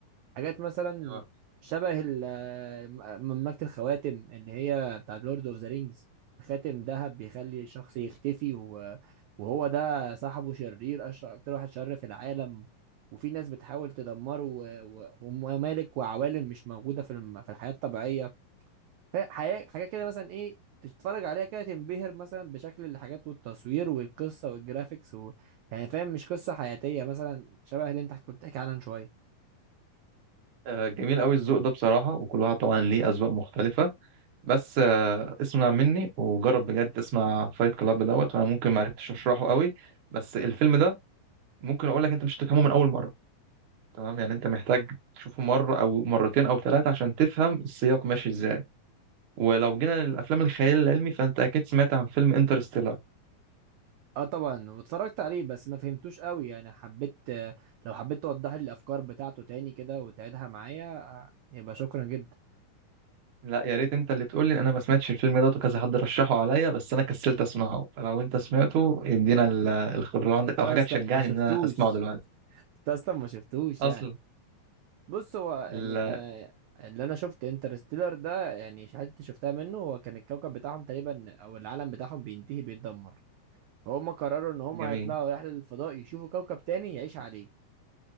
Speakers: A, on the right (about 80°); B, on the right (about 60°).
A: حاجات مثلا
B: أيوه
A: شبه ال- م- مملكة الخواتم اللي هي بتاع لورد اوف ذا رينجز خاتم ذهب بيخلي شخص يختفي و... وهو ده صاحبه شرير أشر أكتر واحد شر في العالم وفي ناس بتحاول تدمره و... و... وممالك وعوالم مش موجودة في الم... في الحياة الطبيعية حاجة حاجة كده مثلا إيه تتفرج عليها كده تنبهر مثلا بشكل الحاجات والتصوير والقصة والجرافيكس و... يعني فاهم مش قصة حياتية مثلا شبه اللي أنت كنت بتحكي عنها من شوية
B: آه، جميل قوي الذوق ده بصراحة وكل واحد طبعا ليه أذواق مختلفة بس آه، اسمع مني وجرب بجد تسمع فايت كلاب دوت وأنا ممكن معرفتش أشرحه قوي بس الفيلم ده ممكن أقول لك أنت مش هتفهمه من أول مرة تمام يعني انت محتاج تشوفه مرة او مرتين او ثلاثة عشان تفهم السياق ماشي ازاي ولو جينا للافلام الخيال العلمي فانت اكيد سمعت عن فيلم انترستيلر
A: اه طبعا واتفرجت عليه بس ما فهمتوش قوي يعني حبيت آه، لو حبيت توضح لي الافكار بتاعته تاني كده وتعيدها معايا آه، يبقى شكرا جدا
B: لا يا ريت انت اللي تقول لي انا ما سمعتش الفيلم ده وكذا حد رشحه عليا بس انا كسلت اسمعه فلو انت سمعته ادينا ال- الخبر عندك
A: انت اصلا
B: او حاجة تشجعني
A: ما شفتوش
B: ان انا اسمعه دلوقتي
A: انت اصلا ما شفتوش
B: اصلا
A: يعني بص هو
B: ال-
A: يعني آه اللي انا شفت انترستيلر ده يعني الحتت اللي شفتها منه هو كان الكوكب بتاعهم تقريبا او العالم بتاعهم بينتهي بيتدمر فهم قرروا ان هم
B: جميل
A: هيطلعوا رحلة للفضاء يشوفوا كوكب تاني يعيش عليه